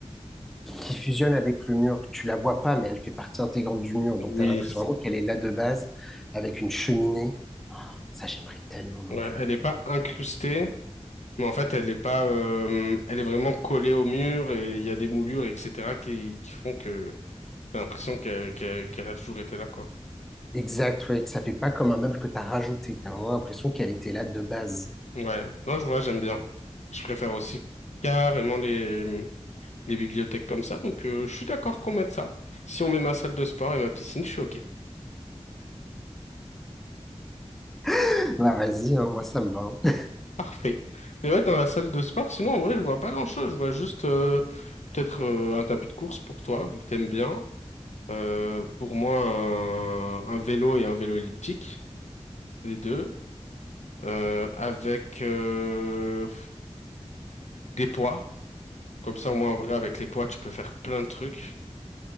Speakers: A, in the centre; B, on the left.
A: qui fusionne avec le mur. Tu la vois pas, mais elle fait partie intégrante du mur,
B: Oui.
A: donc tu as l'impression vraiment qu'elle est là de base, avec une cheminée. Ça, j'aimerais tellement, mon
B: Ouais,
A: Dieu.
B: elle est pas incrustée, Mais en fait, elle est pas, euh, elle est vraiment collée au mur et il y a des moulures, etc., qui, qui font que t'as l'impression que- que- qu'elle a toujours été là, quoi.
A: Exact, ouais, que ça fait pas comme un meuble que tu as rajouté. Tu as vraiment l'impression qu'elle était là de base.
B: Ouais. Non, je vois, j'aime bien. Je préfère aussi carrément les, les bibliothèques comme ça. Donc, euh, je suis d'accord qu'on mette ça. Si on met ma salle de sport et ma piscine, je suis OK.
A: <laughs> Bah, vas-y, hein, moi, ça me va. hein.
B: Parfait. Mais ouais, dans la salle de sport, sinon, en vrai, je vois pas grand-chose. Je vois juste, euh, peut-être, euh, un tapis de course pour toi, vu que t'aimes bien. Euh, pour moi, un, un vélo et un vélo elliptique, les deux. euh, avec euh, des poids. Comme ça, au moins,
A: <laughs>
B: en vrai, avec les poids, tu peux faire plein de trucs.